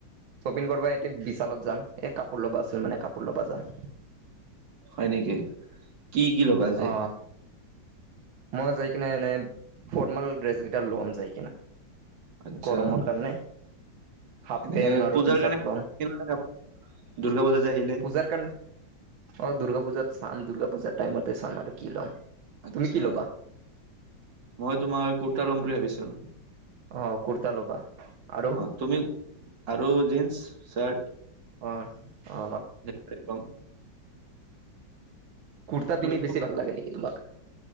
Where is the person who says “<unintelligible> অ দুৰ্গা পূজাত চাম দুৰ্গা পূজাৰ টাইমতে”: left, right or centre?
Right